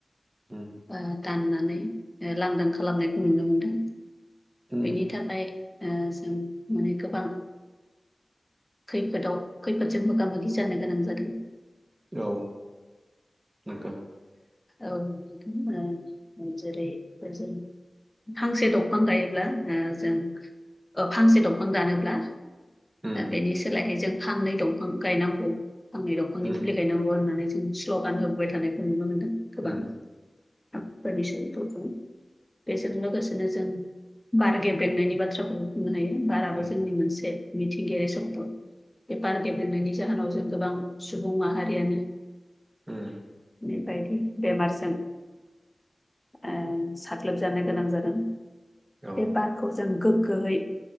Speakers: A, on the right; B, on the left.
A: उम
B: बा दाननानै लांदां खालामनायखौ नुनो मोनदों।
A: उम
B: बेनि थाखाय ओ जों माने गोबां खैफोदाव खैफोदजों मोगा मोगि जानो गोनां जादों।
A: औ नोंथां
B: औ नोंथां ओ जेरै बे जों फांसे दंफां गायोब्ला जों फांसे दंफां दानोब्ला
A: उम
B: ओ बेनि सोलायहाय जों फांनै दंफां गायनांगौ। फांनै दंफांनि
A: उम
B: फुलि गायनांगौ होननानै जों स्ल'गान होबाय थानायखौ नुनो मोनदों गोबां।
A: उम
B: आदफोरनि सुबुंफोर दं बेजों लोगोसेनो जों बार गेब बेेंनायनि बाथ्राखौ बुंनो हायो बाराबो
A: उम
B: जोंनि मोनसे मिथिंगायारि सामप्थ। बेफार गेब्लेनायनि जाहोनाव जों गोबां सुबुं माहारियानो।
A: उम
B: बेबायदि बेमारजों। ओ साग्लोबजानो गोनां जादों।
A: औ
B: बे बारखौ जों गोग्गोयै।